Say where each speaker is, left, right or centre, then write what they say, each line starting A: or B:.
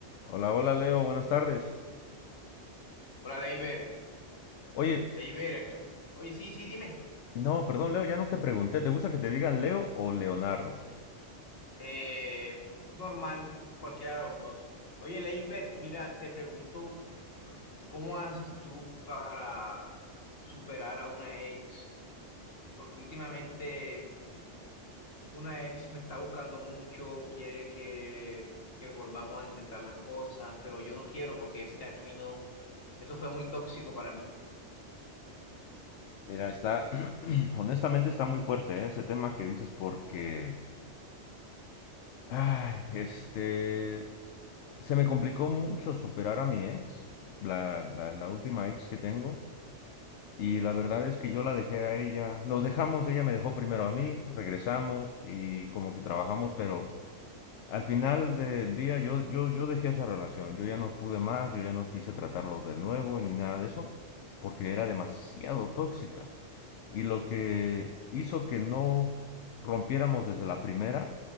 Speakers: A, on the left (about 80°); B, on the left (about 55°).
A: Hola, hola Leo, buenas tardes.
B: Hola, Leiber.
A: Oye,
B: Leiber aquí. Oye, sí, sí, dime.
A: no, perdón Leo, ya no te pregunté, ¿te gusta que te digan Leo o Leonardo?
B: Eh, normal, cualquiera de los dos. Oye, Leiber, mira, te pregunto, ¿cómo haces tú para superar a una ex? Porque últimamente una ex me está buscando mucho, quiere que, que volvamos a intentar las cosas, pero yo no quiero porque ese camino, eso fue muy tóxico para mí.
A: Mira, está, <clears throat> honestamente está muy fuerte, ¿eh? ese tema que dices porque, ay, este, se me complicó mucho superar a mi ex, la, la, la última ex que tengo, y la verdad es que yo la dejé a ella, nos dejamos, ella me dejó primero a mí, regresamos y como que trabajamos, pero... Al final del día yo, yo, yo dejé esa relación, yo ya no pude más, yo ya no quise tratarlo de nuevo ni nada de eso, porque era demasiado tóxica. Y lo que hizo que no rompiéramos desde la primera